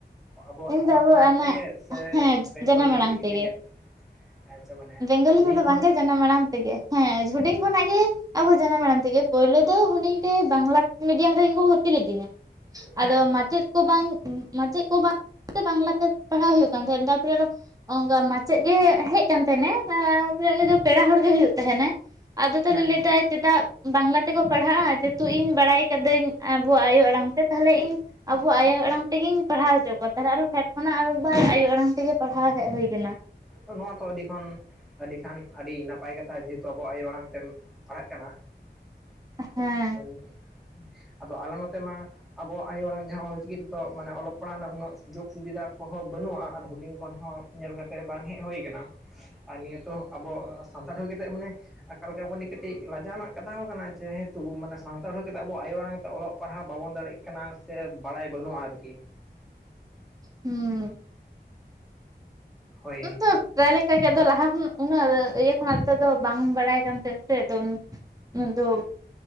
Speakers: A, in the centre; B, on the right.
A: ᱟᱵᱚᱣᱟᱜ
B: ᱤᱧ
A: ᱡᱟᱱᱟᱢ
B: ᱫᱚ ᱟᱵᱚ
A: ᱟᱲᱟᱝ
B: ᱚᱱᱟ
A: ᱛᱮᱜᱮ ᱥᱮ
B: ᱦᱮᱸ
A: ᱵᱮᱝᱜᱚᱞᱤ
B: ᱡᱟᱱᱟᱢ ᱟᱲᱟᱝ
A: ᱢᱤᱰᱤᱭᱟᱢ?
B: <inaudible>
A: ᱟᱪᱪᱷᱟ ᱢᱟᱱᱮ
B: ᱵᱮᱝᱜᱚᱞᱤ
A: ᱦᱩᱰᱤᱧ
B: ᱛᱮᱫᱚ
A: ᱠᱷᱚᱱ
B: ᱵᱟᱝ ᱜᱮ ᱡᱟᱱᱟᱢ ᱟᱲᱟᱝ ᱛᱮᱜᱮ ᱦᱮᱸ ᱦᱩᱰᱤᱧ
A: ᱟᱪᱪᱷᱟ
B: ᱠᱷᱚᱱᱟᱜ ᱜᱮ ᱟᱵᱚ ᱡᱟᱱᱟᱢ ᱟᱲᱟᱝ ᱛᱮᱜᱮ, ᱯᱳᱭᱞᱳ ᱫᱚ ᱦᱩᱰᱤᱧ ᱨᱮ ᱵᱟᱝᱞᱟ ᱢᱤᱰᱤᱭᱟᱢ ᱨᱮᱜᱮ ᱠᱚ ᱵᱷᱩᱨᱛᱤ ᱞᱤᱫᱤᱧᱟ,
A: ᱦᱮᱸ
B: ᱟᱫᱚ ᱢᱟᱪᱮᱫ ᱠᱚ ᱵᱟᱝ ᱢᱟᱪᱮᱫ ᱠᱚ ᱵᱟᱝ ᱵᱟᱝᱞᱟᱛᱮ ᱯᱟᱲᱦᱟᱣ ᱦᱩᱭᱩᱜ ᱠᱟᱱ ᱛᱟᱦᱮᱫ ᱛᱟᱨᱯᱚᱨᱮ ᱟᱫᱚ ᱚᱱᱠᱟ ᱢᱟᱪᱮᱫ ᱜᱮ ᱦᱮᱡᱽ ᱠᱟᱱ ᱛᱟᱦᱮᱸ ᱱᱮ ᱮᱸ ᱩᱱᱤ ᱫᱚ ᱯᱮᱲᱟ ᱦᱚᱲ ᱜᱮ ᱦᱩᱭᱩᱜ ᱛᱟᱦᱮᱱᱟᱭ ᱟᱫᱚ ᱛᱟᱦᱚᱞᱮ
A: ᱦᱮᱸ
B: ᱞᱟᱹᱭ ᱫᱟᱭ ᱪᱮᱫᱟᱜ ᱵᱟᱝᱞᱟ ᱛᱮᱠᱚ ᱯᱟᱲᱦᱟᱜᱼᱟ ᱡᱮᱦᱮᱛᱩ ᱤᱧ ᱵᱟᱲᱟᱭ ᱠᱟᱹᱫᱟᱹᱧ ᱟᱵᱚᱣᱟᱜ ᱟᱭᱳ ᱟᱲᱟᱝ ᱛᱮ ᱛᱟᱦᱚᱞᱮ ᱤᱧ ᱟᱵᱚ ᱟᱭᱳ ᱟᱲᱟᱝ ᱛᱮᱜᱤᱧ ᱯᱟᱲᱦᱟᱣ ᱦᱚᱪᱚ ᱠᱚᱣᱟ, ᱛᱟᱦᱚᱞᱮ ᱟᱨᱦᱚ ᱯᱷᱮᱰ ᱠᱷᱚᱱᱟᱜ ᱟᱨ ᱮᱠ ᱵᱟᱨ ᱟᱭᱳ ᱟᱲᱟᱝ ᱛᱮᱜᱮ ᱯᱟᱲᱦᱟᱣ ᱦᱮᱡ ᱦᱳᱭ ᱠᱟᱱᱟ,
A: ᱱᱚᱣᱟ ᱛᱚ ᱟᱹᱰᱤ ᱠᱷᱚᱱ ᱟᱹᱰᱤ ᱠᱷᱟᱱ ᱟᱹᱰᱤ ᱱᱟᱯᱟᱭ ᱠᱟᱛᱷᱟ ᱡᱮᱦᱮᱛᱩ ᱟᱵᱚᱣᱟᱜ ᱟᱭᱳ ᱟᱲᱟᱝ ᱛᱮᱢ ᱯᱟᱲᱦᱟᱜ ᱠᱟᱱᱟ
B: ᱦᱮᱸ
A: <unintelligible> ᱟᱫᱚ ᱟᱞᱮ ᱱᱚᱛᱮ ᱢᱟ ᱟᱵᱚᱣᱟᱜ ᱟᱭᱳ ᱟᱲᱟᱝ ᱡᱟᱦᱟᱸ ᱚᱞᱪᱤᱠᱤ ᱛᱮᱫᱚ ᱢᱟᱱᱮ ᱚᱞᱚᱜ ᱯᱟᱲᱦᱟᱣ ᱨᱮᱱᱟᱜ ᱩᱱᱟᱹᱜ ᱡᱳᱜᱽ ᱥᱩᱵᱤᱫᱷᱟ ᱠᱚᱦᱚᱸ ᱵᱟᱹᱱᱩᱜᱼᱟ ᱟᱨ ᱦᱩᱰᱤᱝ ᱠᱷᱚᱱ ᱦᱚᱸ ᱧᱮᱞ ᱠᱟᱛᱮ ᱵᱟᱝ ᱦᱮᱡ ᱦᱩᱭ ᱟᱠᱟᱱᱟ, ᱟᱨ ᱱᱤᱭᱟᱹ ᱛᱚ ᱟᱵᱚ ᱥᱟᱱᱛᱟᱲ ᱦᱩᱭ ᱠᱟᱛᱮᱫ ᱢᱟᱱᱮ ᱮᱠᱟᱞ ᱜᱮ ᱟᱵᱚ ᱱᱤ ᱠᱟᱹᱴᱤᱡ, ᱞᱟᱡᱟᱣ ᱨᱮᱱᱟᱜ ᱠᱟᱛᱷᱟ ᱦᱚᱸ ᱠᱟᱱᱟ ᱡᱮᱦᱮᱛᱩ ᱢᱟᱱᱮ ᱥᱟᱱᱛᱟᱲ ᱦᱩᱭ ᱠᱟᱛᱮᱫ ᱟᱵᱚ ᱟᱭᱳ ᱟᱲᱟᱝ ᱛᱮ ᱚᱞᱚᱜ ᱯᱟᱲᱦᱟᱣ ᱵᱟᱵᱚᱱ ᱫᱟᱲᱮᱜ ᱠᱟᱱᱟ ᱥᱮ ᱵᱟᱲᱟᱭ ᱵᱟᱹᱱᱩᱜᱼᱟ ᱟᱨᱠᱤ,
B: ᱦᱩᱸ
A: ᱦᱳᱭ
B: <unintelligible> ᱯᱨᱟᱭ ᱞᱮᱠᱟᱜ ᱟᱫᱚ ᱞᱟᱦᱟ ᱠᱷᱚᱱ ᱩᱱᱟᱹᱜ ᱤᱭᱟᱹ ᱠᱷᱚᱱᱟᱜ ᱛ ᱫᱚ ᱵᱟᱝ ᱵᱟᱲᱟᱭ ᱠᱟᱱ ᱛᱟᱦᱮᱸᱱᱟ ᱥᱮ ᱟᱫᱚ ᱩᱱ ᱮᱠᱫᱚᱢ